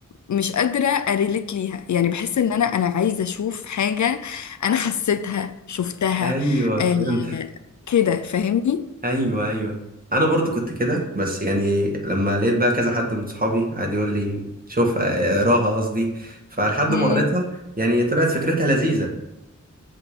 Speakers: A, on the left (about 65°); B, on the right (about 30°).
A: مش قادرة اريليت ليها يعني بحس ان انا انا عايزة اشوف حاجة انا حسيتها شفتها
B: ايوه
A: آه
B: فهمت
A: كده فاهمني
B: ايوه ايوه انا برضو كنت كده بس يعني لما لقيت بقى كذا حد من صحابي قعد يقول لي شوف آه، آه، اقراها قصدي فلحد
A: امم
B: ما قريتها يعني طلعت فكرتها لذيذة